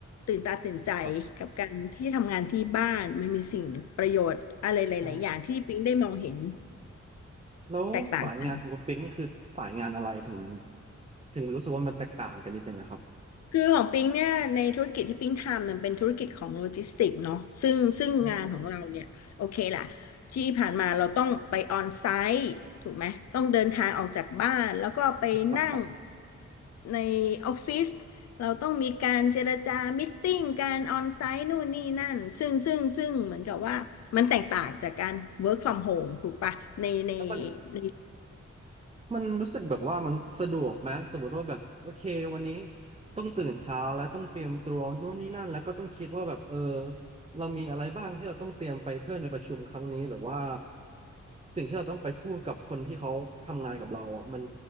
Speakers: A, on the left; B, on the right.
A: ตื่นตาตื่นใจกับการที่ทำงานที่บ้านมันมีสิ่งประโยชน์อะไรหลายๆอย่างที่ปิงได้มองเห็น
B: ครับอ๋อแล้วสายงานของคุณปิ๊งนี่คือสายงานอะไรถึง
A: แตกต่างกัน
B: ถึงรู้สึกว่ามันแตกต่างกันนิดนึงนะครับ
A: คือของปิงเนี่ยในธุรกิจที่ปิงทำมันเป็นธุรกิจของโลจิสติกส์เนาะซึ่งซึ่งงานของเราเนี่ยโอเคล่ะที่ผ่านมาเราต้องไปออนไซต์ถูกไหมต้องเดินทางออกจากบ้านแล้วก็ไปนั่ง
B: อ๋อครับครับ
A: ในออฟฟิศเราต้องมีการเจรจามิทติ้งการออนไซต์นู่นนี่นั่นซึ่งซึ่งซึ่งเหมือนกับว่ามันแตกต่างจากการ work from home ถูกปะในใน
B: แล้วมัน
A: ใน
B: มันรู้สึกแบบว่ามันสะดวกไหมสมมติว่าแบบโอเควันนี้ต้องตื่นเช้าแล้วต้องเตรียมตัวนู่นนี่นั่นแล้วก็ต้องคิดว่าแบบเออเรามีอะไรบ้างที่เราต้องเตรียมไปเพื่อในประชุมครั้งนี้หรือว่าสิ่งที่เราต้องไปพูดกับคนที่เขาทำงานกับเราอ่ะมัน